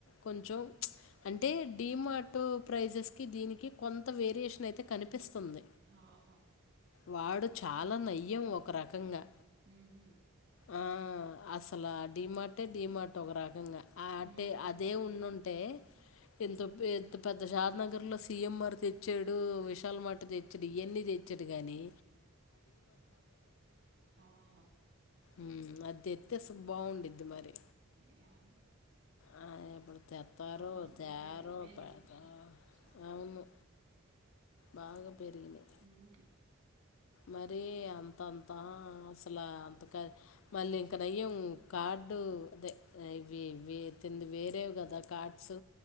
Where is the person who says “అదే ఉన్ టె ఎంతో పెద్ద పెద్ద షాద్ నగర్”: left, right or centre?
Left